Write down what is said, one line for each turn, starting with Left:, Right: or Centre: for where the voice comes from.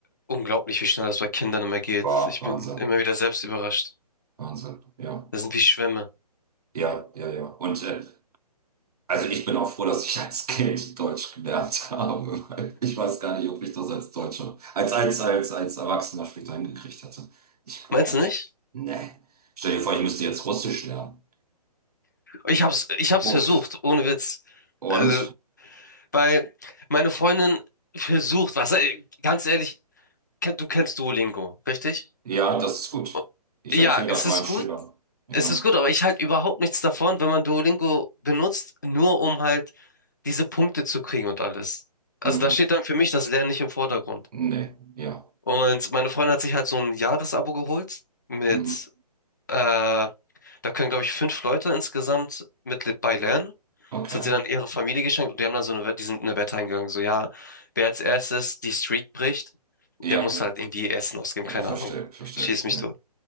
Left: unglaublich, wie schnell das bei Kindern immer geht.
Right: War
Left: Ich
Right: Wahnsinn.
Left: bin immer wieder selbst überrascht.
Right: Wahnsinn. Ja.
Left: Das sind wie Schwämme.
Right: Ja, ja, ja. Und äh, also ich bin auch froh, dass ich als Kind Deutsch gelernt habe. <laughs> weil Ich weiß gar nicht, ob ich das als Deutscher, als, als, als, als Erwachsener später hingekriegt hätte. Ich glaube
Left: Meinst
Right: nicht.
Left: du nicht?
Right: Nee. Stell dir vor, ich müsste jetzt Russisch lernen.
Left: Ich hab's, ich hab's versucht,
Right: Uff.
Left: ohne Witz.
Right: Und
Left: Also, weil meine Freundin versucht, was, ganz ehrlich, Ken- Du kennst Duolingo, richtig?
Right: ja, das ist gut.
Left: O-
Right: Ich
Left: Ja,
Right: empfehle
Left: es
Right: das meinen
Left: ist es gut.
Right: Schülern. Ja.
Left: Es ist gut, aber ich halte überhaupt nichts davon, wenn man Duolingo benutzt, nur um halt diese Punkte zu kriegen und alles. Also
Right: Mhm.
Left: da steht dann für mich das Lernen nicht im Vordergrund.
Right: Nee, ja.
Left: Und meine Freundin hat sich halt so ein Jahresabo geholt mit,
Right: Mhm.
Left: äh, da können glaube ich fünf Leute insgesamt mit bei lernen.
Right: Okay.
Left: Das hat sie dann ihrer Familie geschenkt und die haben dann so eine Wette, die sind in eine Wette eingegangen, so ja, wer als erstes die Streak bricht,
Right: Ja,
Left: der musste halt irgendwie Essen ausgeben,
Right: äh,
Left: keine
Right: verstehe,
Left: Ahnung.
Right: verstehe.
Left: Schieß mich
Right: Ja.
Left: tot.